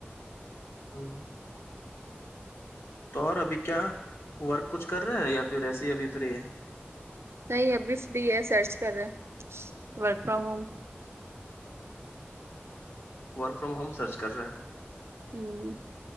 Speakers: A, on the left (about 65°); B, on the right (about 85°).
A: ہاں تو اور ابھی کیا ورک کچھ کر رہا ہے یا پھر ایسے ہی ابھی فری ہے
B: نہیں ابھی فری ہے سرچ کر رہے work from home
A: work from home search کر رہے ہیں
B: ہوں